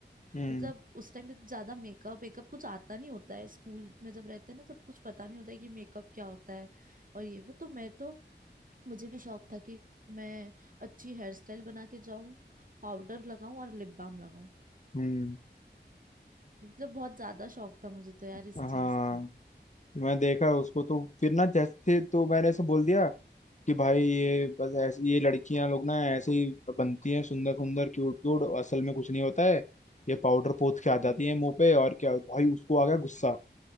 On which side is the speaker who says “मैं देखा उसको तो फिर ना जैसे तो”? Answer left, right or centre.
Left